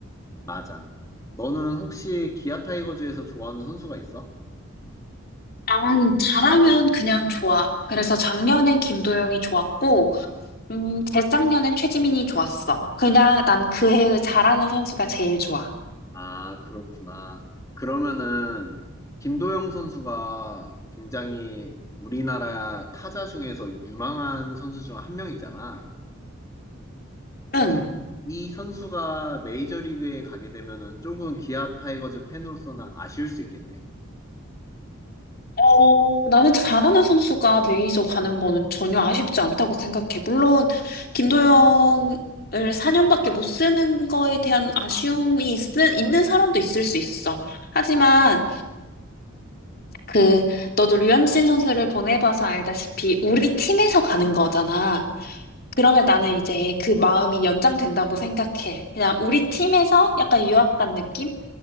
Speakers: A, on the left (about 15°); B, on the left (about 45°).
A: 맞아. 너는 혹시 기아 타이거즈에서 좋아하는 선수가 있어?
B: 난 잘하면 그냥 좋아. 그래서 작년엔 김도영이 좋았고, 음, 재작년엔 최지민이 좋았어. 그냥 난 그 해의 잘하는 선수가 제일 좋아.
A: 아, 그렇구나. 그러면은 김도영 선수가 굉장히 우리나라 타자 중에서 유망한 선수 중 한 명이잖아.
B: 응.
A: 이, 이 선수가 메이저리그에 가게 되면은 조금 기아 타이거즈 팬으로서는 아쉬울 수 있겠네.
B: 어, 나는 잘하는 선수가 메이저 가는 거는 전혀 아쉽지 않다고 생각해. 물론, 김도영을 4년밖에 못 쓰는 거에 대한 아쉬움이 있, 있는 사람도 있을 수 있어. 하지만, 그, 너도 류현진 선수를 보내봐서 알다시피, 우리 팀에서 가는 거잖아. 그러면 나는 이제 그 마음이 연장된다고 생각해. 그냥 우리 팀에서 약간 유학 간 느낌?